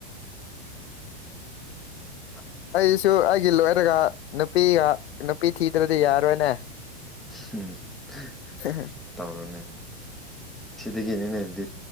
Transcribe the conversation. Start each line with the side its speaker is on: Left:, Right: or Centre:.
Centre: <inaudible>
Left: ꯑꯩꯁꯨ ꯑꯩꯒꯤ ꯂꯣꯏꯌꯔꯒ ꯅꯨꯄꯤꯒ ꯅꯨꯄꯤ ꯊꯤꯗ꯭ꯔꯗꯤ ꯌꯥꯔꯣꯏꯅꯦ꯫
Centre: <inaudible>
Left: <inaudible>
Centre: ꯇꯧꯔꯅꯦ ꯁꯤꯗꯒꯤꯅꯤꯅꯦ ꯕꯤꯠ